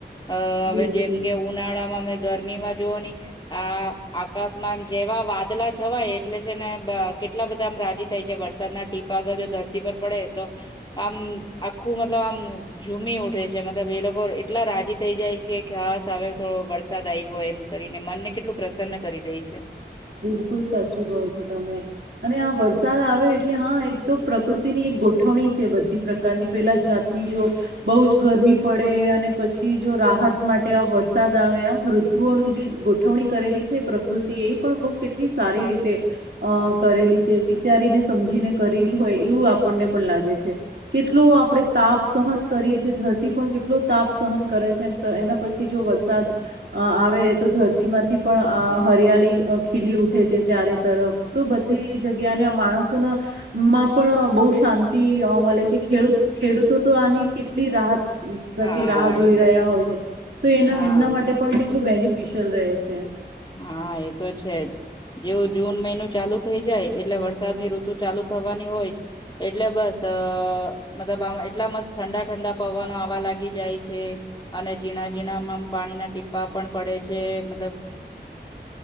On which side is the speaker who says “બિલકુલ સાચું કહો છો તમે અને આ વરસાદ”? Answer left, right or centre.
Right